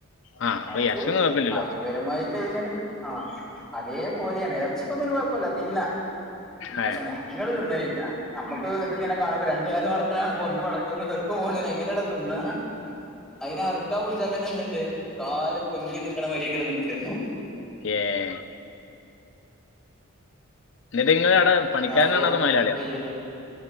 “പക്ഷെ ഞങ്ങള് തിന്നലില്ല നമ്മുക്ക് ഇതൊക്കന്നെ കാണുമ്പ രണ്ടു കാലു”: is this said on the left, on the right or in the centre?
Centre